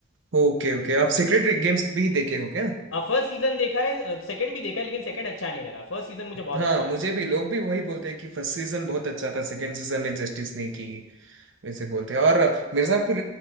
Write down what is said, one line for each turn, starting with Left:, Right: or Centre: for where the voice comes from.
Right: ओके ओके आप सीक्रेट गेम्स भी देखे हो क्या
Left: फर्स्ट सीजन देखा है सेकंड भी देखा है लेकिन सेकंड अच्छा नहीं लगा फर्स्ट सीजन मुझे बहुत
Right: हाँ
Left: अच्छा लगा
Right: मुझे भी लोग भी वही बोलते हैं कि फर्स्ट सीजन बहुत अच्छा था सेकंड सीजन ने जस्टिस नहीं की वैसे बोलते हैं और अ, मिर्जापुर